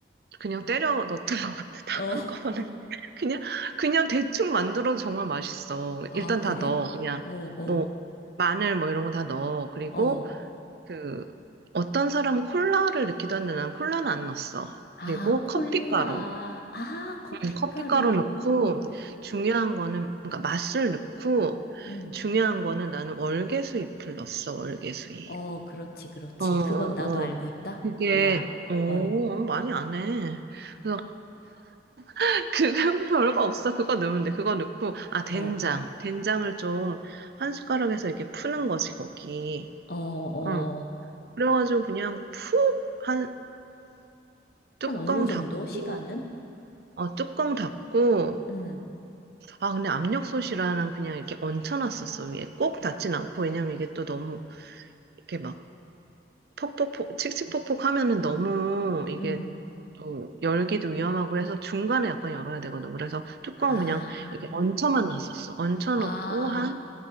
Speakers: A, on the right; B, on the left.
A: 그냥 때려 넣었던 것 같아. 다
B: 어.
A: 한꺼번에.
B: <laughs>
A: <laughs> 그냥, 그냥 대충 만들어도 정말 맛있어.
B: 아,
A: 일단
B: 그래?
A: 다 넣어. 그냥,
B: 어, 어,
A: 뭐, 마늘 뭐 이런 거 다 넣어. 그리고,
B: 어.
A: 그, 어떤 사람은 콜라를 넣기도 하는데 난 콜라는 안 넣었어.
B: 아,
A: 그리고
B: 콜라.
A: 커피가루.
B: 아, 커피가루.
A: 음, 커피가루 넣고 중요한 거는 그러니까 맛술 넣고
B: 음.
A: 중요한 거는 나는 월계수잎을 넣었어 월계수잎.
B: 어, 그렇지, 그렇지.
A: 어, 어,
B: 그건 나도
A: 어.
B: 알고 있다.
A: 그게
B: 와,
A: 오
B: 어,
A: 많이 안 해. 그래서 <laughs> 그건 별거 없어. 그거 넣으면 돼. 그거 넣고 아 된장
B: 어,
A: 된장을 좀 한 숟가락에서 이렇게 푸는 거지 거기.
B: 어, 어.
A: 어. 그래가지고 그냥 푹 한 뚜껑
B: 한 어느 정도
A: 닫고
B: 시간은?
A: 어 뚜껑 닫고
B: 음,
A: 아, 근데 압력솥이라 난 그냥 이렇게 얹혀놨었어, 위에. 꼭 닿진 않고, 왜냐면 이게 또 너무, 이렇게 막, 퍽퍽퍽, 칙칙폭폭 하면은 너무, 이게
B: 음.
A: 또, 열기도 위험하고 해서 중간에 약간 열어야 되거든. 그래서 뚜껑
B: 아,
A: 그냥 이렇게 얹혀만 놨었어. 얹혀놓고
B: 아,
A: 한,